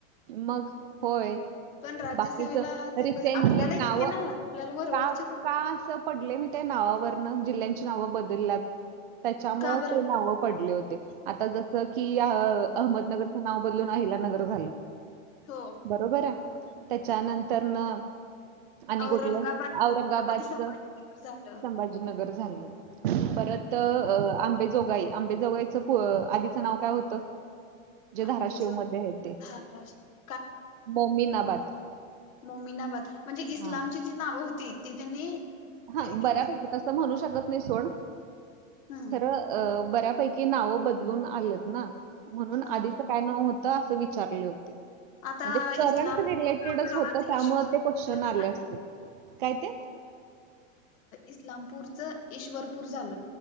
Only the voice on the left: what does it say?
पण राज्यसेवेला
ते आपल्याला येते
ना आपल्याला वरवरचे
का बरं
हो
औरंगाबाद
छत्रपती संभाजीनगर
झालं
ह
आंबेजो महाराष्ट्र
मोमीनाबाद म्हणजे इस्लामची
जी नावं होती ती त्यांनी
हे केलं
हम्म
हा
आता
इस्लाम
परवाच
ईश्वरपूर
झालं
इस्लामपूरचं, ईश्वरपूर झालं.